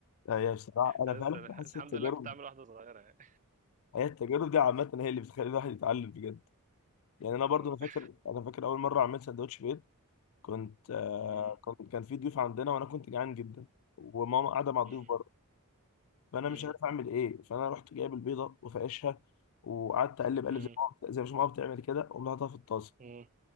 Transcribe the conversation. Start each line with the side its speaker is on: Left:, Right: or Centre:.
Left: آه، هي بصراحه انا
Right: بس
Left: فعلا
Right: أنا
Left: بحس
Right: الحمد
Left: التجارب
Right: لله كنت عامل واحده صغيره يعني
Left: هي التجارب دي عامه هي اللي بتخلي الواحد يتعلم بجد يعني انا
Right: <laughs>
Left: برضو انا فاكر
Right: آه.
Left: انا فاكر اول مره عملت سندوتش بيض كنت آه
Right: مم.
Left: كنت كان في ضيوف عندنا وانا كنت جعان جدا وماما قاعده مع الضيوف
Right: مم.
Left: بره فانا
Right: مم.
Left: مش عارف اعمل ايه فانا رحت جايب البيضه وفقشها وقعدت اقلب اقلب
Right: مم.
Left: زي ما هو- زي ما ماما بتعمل كده وقمت حاططها في الطاسه
Right: مم.